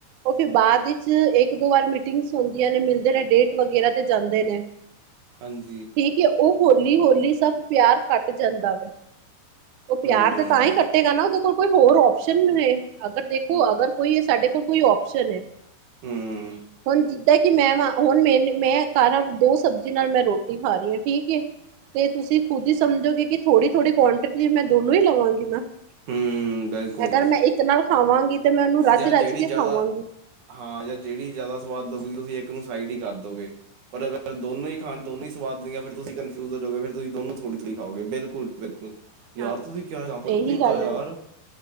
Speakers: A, on the right (about 80°); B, on the right (about 55°).
A: ਓ ਫਿਰ ਬਾਅਦ ਵਿਚ ਇਕ-ਦੋ ਵਾਰ ਮੀਟਿੰਗਸ ਹੁੰਦੀਆਂ ਨੇ ਮਿਲਦੇ ਨੇ ਡੇਟ ਵਗੈਰਾ ਤੇ ਜਾਂਦੇ ਨੇ।
B: ਹਾਂਜੀ।
A: ਠੀਕ ਐ, ਓ ਹੋਲੀ-ਹੋਲੀ ਸਬ ਪਿਆਰ ਘਟ ਜਾਂਦਾ ਵੈ ਓ ਪਿਆਰ
B: ਹੂੰ
A: ਤੇ ਤਾਂ ਹੀ ਘਟ ਗਾ ਨਾ ਓਦੇ ਕੋਲ ਕੋਈ ਹੋਰ ਓਪਸ਼ਨਸ ਨੇ, ਅਗਰ ਦੇਖੋ ਅਗਰ ਕੋਈ ਸਾਡੇ ਕੋਲ ਕੋਈ ਓਪਸ਼ਨ ਏ।
B: ਹੂੰ
A: ਹੁਣ ਜਿੱਦਾਂ ਕਿ ਮੈਂ ਵਾਂ, ਹੁਣ ਮੇਨ ਮੈਂ ਘਰ ਦੋ ਸਬਜ਼ੀ ਨਾਲ ਮੈਂ ਰੋਟੀ ਖਾ ਰਈ ਆਂ ਠੀਕ ਏ ਤੇ ਤੁਸੀਂ ਖੁਦ ਈ ਸਮਝੋਗੇ ਕਿ ਥੋੜ੍ਹੀ-ਥੋੜ੍ਹੀ ਕੁਆਂਟਿਟੀ ਮੈਂ ਦੋਨੋਂ ਹੀ ਲਵਾਂਗੀ ਨਾ,
B: ਹੂੰ ਬਿਲਕੁਲ
A: ਅਗਰ ਮੈਂ ਇੱਕ ਨਾਲ ਖਾਵਾਂਗੀ ਤੇ ਮੈਂ ਉਹਨੂੰ ਰੱਜ
B: ਜਾਂ ਜਿਹੜੀ
A: ਰੱਜ ਕੇ
B: ਜ਼ਿਆਦਾ
A: ਖਾਵਾਂਗੀ
B: ਹਾਂ ਜਾਂ ਜਿਹੜੀ ਜ਼ਿਆਦਾ ਸਵਾਦ ਲਗੂਗੀ, ਤੁਸੀਂ ਇੱਕ ਨੂੰ ਸਾਈਡ ਹੀ ਕਰ ਦੋਗੇ, ਪਰ ਅਗਰ ਦੋਨੋਂ ਹੀ ਖਾ ਦੋਨੋਂ ਹੀ ਸਵਾਦ ਨਈ ਫਿਰ ਤੁਸੀਂ ਕਨਫਿਊਜ ਹੋੋਜੋਗੇ, ਫਿਰ ਤੁਸੀਂ ਥੋੜ੍ਹੀ-ਥੋੜ੍ਹੀ ਖਾਓਗੇ। ਬਿਲਕੁਲ-ਬਿਲਕੁਲ ਯਾਰ
A: ਹਾਂ
B: ਤੁਸੀਂ ਕਿਆ
A: ਇਹੀ
B: ਲਿੱਤਾ
A: ਗੱਲ
B: ਯਾਰ
A: ਹੈ